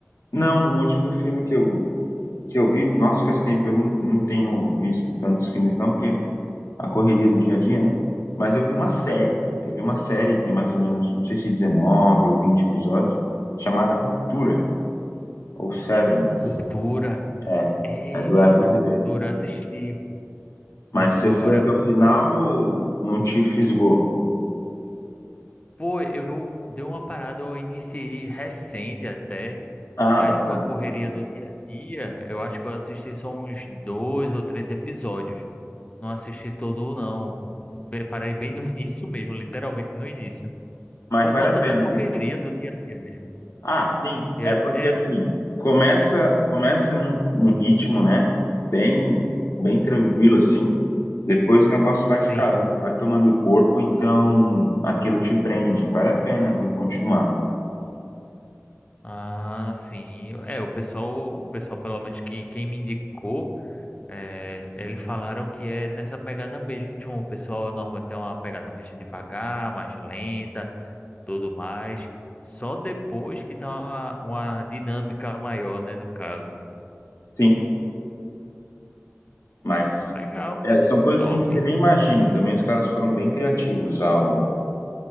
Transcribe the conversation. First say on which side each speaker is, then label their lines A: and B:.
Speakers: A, on the left; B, on the left.
A: Não, o último filme que eu, que eu vi, nossa, faz tempo, eu não, não tenho visto tantos filmes, não, porque a correria do dia a dia, né? Mas eu vi uma série, eu vi uma série, tem mais ou menos, não sei se 19 ou 20 episódios, chamada Ruptura, ou Severance.
B: Ruptura.
A: É,
B: Eita,
A: é do Apple TV.
B: Ruptura, assisti.
A: Mas
B: Ruptura.
A: você foi até o final ou não te fisgou?
B: Pô, eu dei uma parada, eu iniciei recente até,
A: Ah,
B: mas
A: bacana.
B: com a correria do dia a dia, eu acho que eu assisti só uns dois ou três episódios. Não assisti todo, não. Be- Parei bem no <laughs> início mesmo, literalmente no início.
A: Mas
B: Por
A: vale
B: conta
A: a pena,
B: da correria
A: viu?
B: do dia a dia mesmo.
A: Ah, sim.
B: E
A: É
B: é,
A: porque
B: é,
A: assim, começa começa num, num ritmo, né? Bem bem tranquilo assim. Depois o negócio vai
B: sim.
A: escalando, vai tomando corpo, então aquilo te prende. Vale a pena, viu, continuar.
B: Ah, sim. É, o pessoal, o pessoal, pelo menos que quem me indicou, é, eles falaram que é nessa pegada mesmo. O pessoal normalmente tem uma pegada mais devagar, mais lenta, tudo mais. Só depois que dá uma, uma dinâmica maior, né, no caso.
A: Sim, mas
B: Ah, legal, cara.
A: é, são coisas
B: Top.
A: assim que você nem imagina. Também os caras foram bem criativos ao